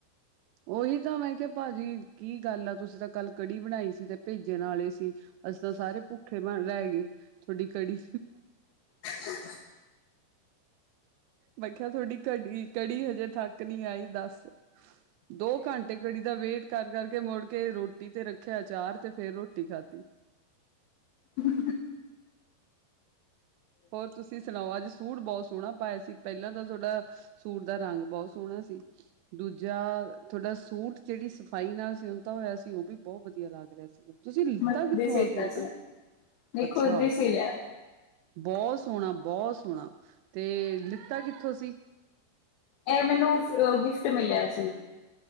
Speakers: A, on the right; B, on the left.
A: ਉਹੀ ਤਾਂ ਮੈਂ ਕਿਹਾ ਭਾਜੀ ਕੀ ਗੱਲ ਆ ਤੁਸੀਂ ਤਾਂ ਕੱਲ ਕੜੀ ਬਣਾਈ ਸੀ ਤੇ ਭੇਜਣ ਵਾਲੇ ਸੀ ਅਸੀਂ ਤਾਂ ਸਾਰੇ ਭੁੱਖੇ ਬਣ ਰਹਿ ਗਏ ਤੁਹਾਡੀ ਕੜੀ
B: ਹੱ
A: ਮੈਂ ਕਿਹਾ ਤੁਹਾਡੀ ਕੜੀ ਕੜੀ ਹਜੇ ਤਕ ਨਹੀਂ ਆਈ ਦੱਸ ਦੋ ਘੰਟੇ ਕੜੀ ਦਾ ਵੇਟ ਕਰ ਕਰ ਮੁੜ ਕੇ ਰੋਟੀ ਤੇ ਰੱਖਿਆ, ਅਚਾਰ ਤੇ ਫੇਰ ਰੋਟੀ ਖਾਧੀ।
B: ਹੂੰ,
A: ਹੋਰ ਤੁਸੀਂ, ਸੁਣਾਓ ਅੱਜ ਸੂਟ ਬਹੁਤ ਸੋਹਣਾ ਪਾਇਆ ਸੀ, ਪਹਿਲਾਂ ਤਾਂ ਤੁਹਾਡਾ ਸੂਟ ਦਾ ਰੰਗ ਬਹੁਤ ਸੋਹਣਾ ਸੀ। ਦੂਜਾ ਤੁਹਾਡਾ ਸੂਟ ਜਿਹੜੀ ਸਫ਼ਾਈ ਨਾਲ ਸਿਉਂਦਾ ਹੋਇਆ ਸੀ, ਉਹ ਵੀ ਬਹੁਤ ਵਧੀਆ ਲੱਗ ਰਿਹਾ ਸੀਗਾ। ਤੁਸੀਂ ਲਿੱਤਾ
B: ਮੈਂ
A: ਕਿੱਥੋਂ
B: ਦੇ ਸੀਤਾ
A: ਆ ਸੂਟ
B: ਸੀ ਨਹੀਂ
A: ਅੱਛਾ,
B: ਖੁਦ ਦੀ ਸੀ ਲਿਆ
A: ਬਹੁਤ ਸੋਹਣਾ ਬਹੁਤ ਸੋਹਣਾ ਤੇ ਲਿੱਤਾ ਕਿੱਥੋਂ ਸੀ।
B: ਇਹ ਮੈਨੂੰ ਗਿਫਟ ਮਿਲਿਆ ਸੀ।